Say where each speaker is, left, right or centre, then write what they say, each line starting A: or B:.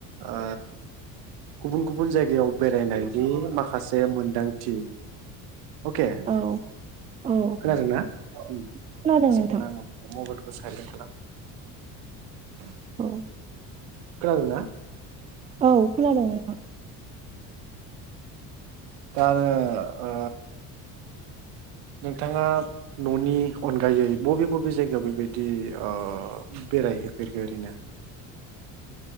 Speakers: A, on the right (about 75°); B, on the right (about 20°).
A: ओ गुबुन गुबुन जायगायाव बेरायनायनि माखासे मोनदांथि। अके
B: औ औ
A: खोनादोंना आं मबाइल
B: खोनादों नोंथां
A: साइलेड खालामनो
B: औ
A: खोनादों ना?
B: औ खोनादों नोंथां।
A: दा ओ नोंथाङा न'नि अनगायै बबे बबे जायगायाव बेबायदि ओ बेरायहैफेरखो ओरैनो?